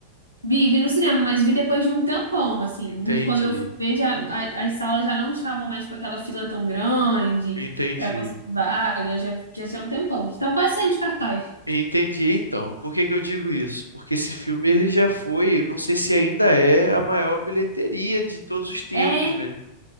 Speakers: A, on the right; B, on the left.
A: Vi, vi no cinema, mas vi depois de um tempão, assim.
B: Entendi,
A: Quando eu fui ver, já, a- as salas já não estavam mais com aquela fila tão grande
B: entendi,
A: pra conseguir vaga, já, já tinha um tempão. Tava quase saindo de cartaz.
B: entendi. Então, por que que eu digo isso? Porque esse filme ele já foi, não sei se ainda é a maior bilheteria de todos os tempos,
A: É,
B: né?